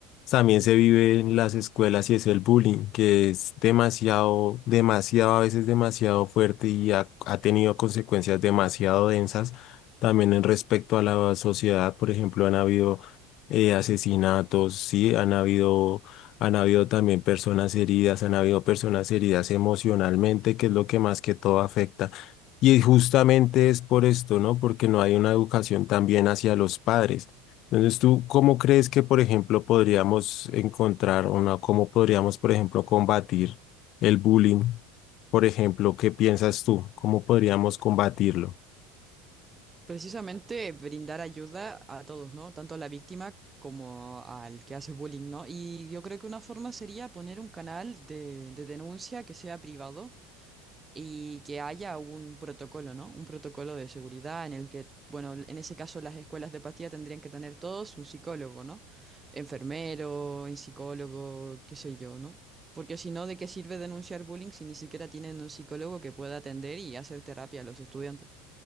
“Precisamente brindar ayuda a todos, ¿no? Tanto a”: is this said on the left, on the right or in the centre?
Right